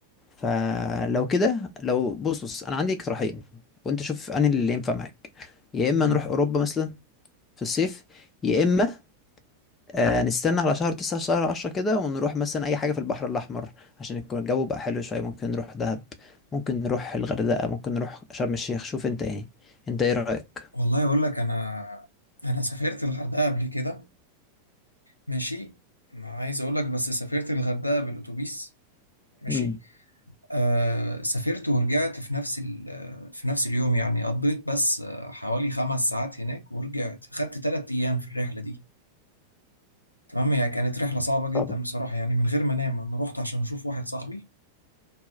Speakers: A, on the left (about 20°); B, on the left (about 85°).
A: فلو كده لو بص بص انا عندي اقتراحين وانت شوف انهي اللي ينفع معاك يا
B: تمام
A: اما نروح اوروبا مثلا في الصيف يا اما آه نستنى على شهر تسعة شهر عشرة كده ونروح مثلا اي حاجة في البحر الاحمر عشان يكون الجو بقى حلو شوية ممكن نروح دهب ممكن نروح الغردقة ممكن نروح شرم الشيخ شوف انت يعني انت ايه رأيك
B: والله اقول لك انا انا سافرت الغردقه قبل كده ماشي ما عايز اقول لك بس سافرت الغردقه بالاتوبيس ماشي
A: مم.
B: آه سافرت ورجعت في نفس ال... في نفس اليوم يعني قضيت بس آه، حوالي خمس ساعات هناك ورجعت خدت ثلاث ايام في الرحله دي تمام هي كانت رحله صعبه جدا
A: صعبة
B: بصراحه يعني من غير ما انام انا رحت عشان اشوف واحد صاحبي